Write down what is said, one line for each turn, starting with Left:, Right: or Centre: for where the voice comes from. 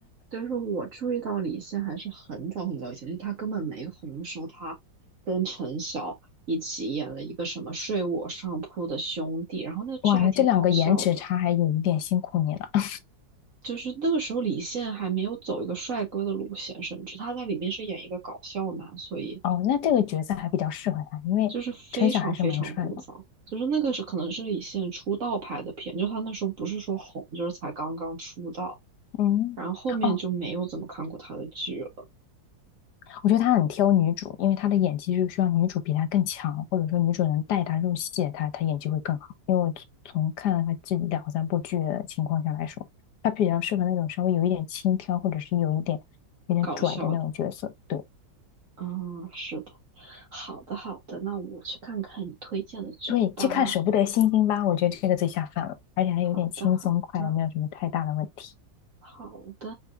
Right: 就是我注意到李现还是很早很早以前，就是他根本没红的时候，他跟陈晓一起演了一个什么《睡我上铺的兄弟》，然后那剧还挺好笑的。
Left: <laughs> 哇，那这两个颜值差还有一点辛苦你了。<laughs>
Right: 就是那个时候，李现还没有走一个帅哥的路线，甚至他在里面是演一个搞笑男，所以
Left: 哦，那这个角色还比较适合他，因为陈晓还是蛮帅的。
Right: 就是非常非常古早。就是那个是可能是李现出道拍的片，就他那时候不是说红，就是才刚刚出道，
Left: 嗯，
Right: 然后后面就没有怎么看过他的剧了，
Left: 哦，我觉得他很挑女主，因为他的演技就需要女主比他更强，或者说女主能带他入戏，他他演技会更好。因为我从看了他这两三部剧的情况下来说，他比较适合那种稍微有一点轻佻，或者是有一点有点拽的那种角色。
Right: 搞笑的。
Left: 对
Right: 嗯，是的，好的好的，那我去看看你推荐的剧吧。
Left: 对，去看《舍不得星星》吧，我觉得这个最下饭了，而且还有点轻松快乐，
Right: 好的好的
Left: 没有什么太大的问题。
Right: 好的，